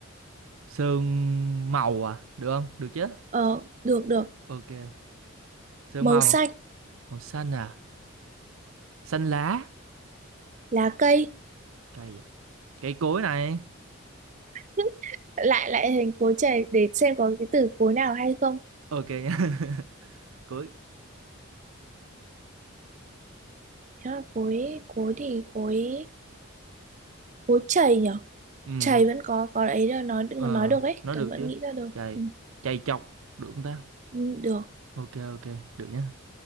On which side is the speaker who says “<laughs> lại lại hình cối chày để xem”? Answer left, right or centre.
Right